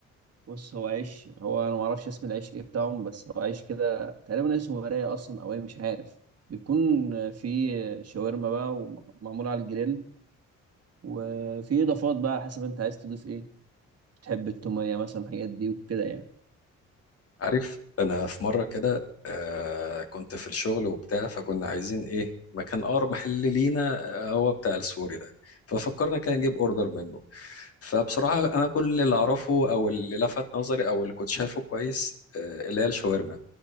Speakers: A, on the right; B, on the left.
A: بص هو عيش هو انا ما اعرفش اسم العيش ايه بتاعهم بس هو عيش كده تقريبا اسمه مرايه اصلا او ايه مش عارف بيكون فيه شاورما بقى ومعمول على الجريل وفي اضافات بقى على حسب انت عايز تضيف ايه بتحب التوميه مثلا الحاجات دي وكده يعني
B: عارف انا في مره كده آه كنت في الشغل وبتاع فكنا عايزين ايه مكان اقرب محل لينا آه، هو بتاع السوري ده ففكرنا كده نجيب اوردر منه فبصراحه انا كل اللي اعرفه او اللي لفت نظري او اللي كنت شايفه كويس آه اللي هي الشاورما